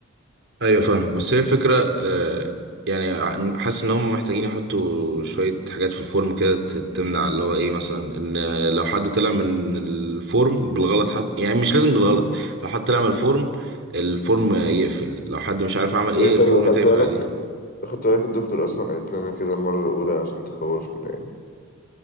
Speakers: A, on the right (about 60°); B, on the left (about 45°).
A: ايوه فاهم بس هي الفكره آه، يعني ع- حاسس ان هم محتاجين يحطوا شويه حاجات في الفورم كده ت- تمنع اللي هو ايه مثلا ان لو حد طلع من الفورم بالغلط حتى يعني مش لازم بالغلط لو حد طلع من الفورم الفورم يقفل لو حد مش عارف عمل ايه
B: يعني انت
A: الفورم
B: لو خدت
A: تقفل
B: بالك
A: عليه
B: خدت بالك الدكتور اصلا قالت لنا كده المرة الاولى عشان تخوفنا يعني